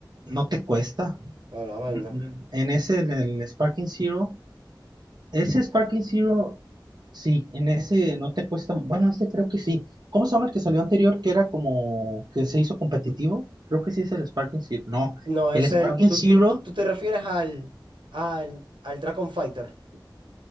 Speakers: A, on the right; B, on the right.
A: no te cuesta.
B: A la vaina.
A: Mm, mm. En ese, en el Sparking Zero, ese Sparking Zero, sí, en ese no te cuesta, bueno, este creo que sí. ¿Cómo se llama el que salió anterior que era como que se hizo competitivo? Creo que sí es el Sparking Zero. No,
B: No, es
A: el ¿Cuál?
B: el.
A: Sparking
B: Tú,
A: Zero
B: tú, tú te refieres al, al, al Dragon Fighter.